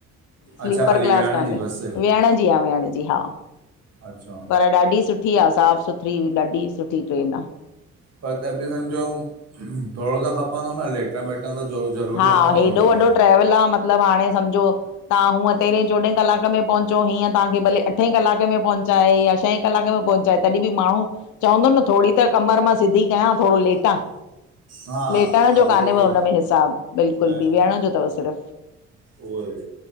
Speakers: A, on the left; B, on the right.
A: स्लीपर
B: अच्छा ख़ाली
A: क्लास
B: वेहण
A: कान्हे
B: जी बस
A: विहण जी आह विहण जी हा
B: अच्छा
A: पर ॾाढी सुठी आहे साफ़ सुथरीई ॾाढी सुठी ट्रेन आहे
B: पर त बि सम्झो थोरो त खपंदो न लेट टेम वेटंदो थोड़ो ज़रूरी
A: हा
B: आहे न
A: हेॾो
B: थोड़ाो
A: वॾो ट्रेवल आहे मतिलबु हाणे सम्झो तव्हां हूअं तेरहें चोॾहें कलाक में पहुचो हीअं तव्हांखे भले अठे कलक में पहुचाए या शा छहें कलाक में पहुचाए तॾहिं बि माण्हू चवंदो न थोरी त कमर मां सिधी कयां थोरो लेटां
B: हा
A: लेटण
B: त
A: जो कान्हे
B: उहो
A: न
B: ई
A: हुनमें हिसाबु बिल्कुलु
B: न न
A: बि विहयण जो थव सिर्फ़ु
B: उहो ई